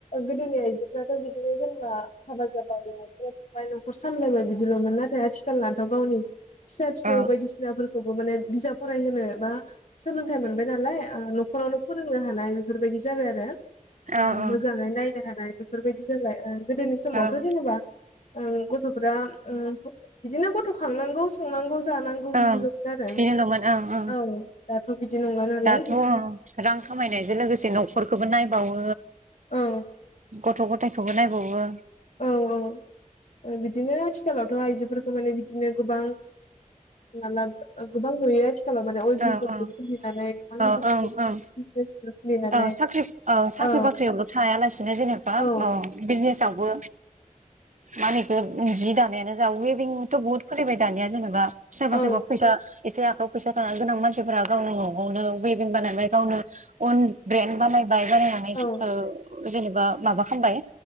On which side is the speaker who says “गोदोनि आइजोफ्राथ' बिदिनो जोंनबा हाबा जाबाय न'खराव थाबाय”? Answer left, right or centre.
Left